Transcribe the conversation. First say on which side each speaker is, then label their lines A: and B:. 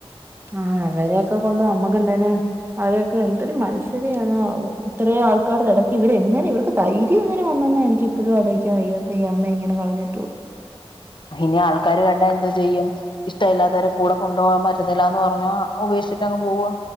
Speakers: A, on the right; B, on the left.
A: ആഹ് അവരേക്ക കൊണ്ട് നമ്മക്ക് എന്തായാലും അവരൊക്കെ എന്തൊരു മനുഷ്യരാന്നാവോ ഇത്രേം ആൾക്കാരുടെ എടയ്ക്ക് ഇവരെങ്ങനെ ഇവർക്ക് ധൈര്യ ര്യം എങ്ങനെ വന്നെന്നാ എനിക്കിപ്പഴും അലോയിക്കാൻ വയ്യാത്തെ ഈ അമ്മയെ ഇങ്ങനെ കളഞ്ഞി
B: അയിന് ആൾക്കാര് കണ്ടാ എന്തോ ചെയ്യും ഇഷ്ടമില്ലാത്തവരെ കൂട കൊണ്ടോവാൻ പറ്റത്തില്ലാന്ന് പറഞ്ഞാ ഉപേക്ഷിച്ചിട്ടങ്ങ് പോവ്വാ